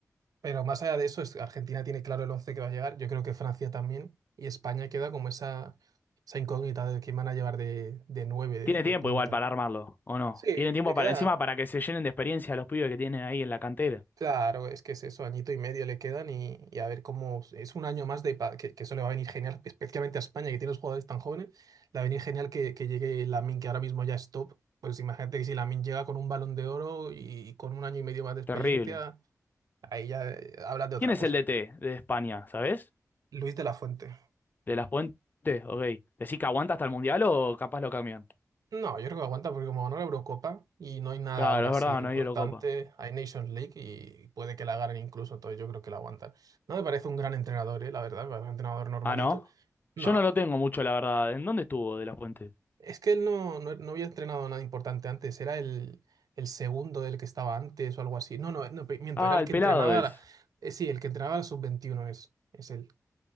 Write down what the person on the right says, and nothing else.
Pero más allá de eso, es- Argentina tiene claro el 11 que va a llegar, yo creo que Francia también, y España queda como esa, esa incógnita de quién van a llevar de, de 9 de,
de
punta.
Sí,
le
queda.
Claro, es que es eso, añito y medio le quedan y, y a ver cómo es un año más de pa- que, que eso le va a venir genial, especialmente a España que tiene los jugadores tan jóvenes, le va a venir genial que, que llegue Lamine que ahora mismo ya es top. Pues imagínate que si Lamine llega con un balón de oro y, con un año y medio más de experiencia,
ahí ya eh, hablas de otra
cosa.
Luis de la Fuente.
No, yo creo que aguanta porque como ganó la Eurocopa y no hay nada
ahora
así
importante,
hay Nations League y puede que la ganen incluso, entonces yo creo que la aguantan. No me parece un gran entrenador, eh, la verdad, me parece un entrenador normalito.
No,
es que él no, no, no había entrenado nada importante antes, era el, el segundo del que estaba antes o algo así. No, no, no, pe- miento,
era el
que
entrenaba,
la- eh, sí, el que entrenaba la sub-21 es, es él.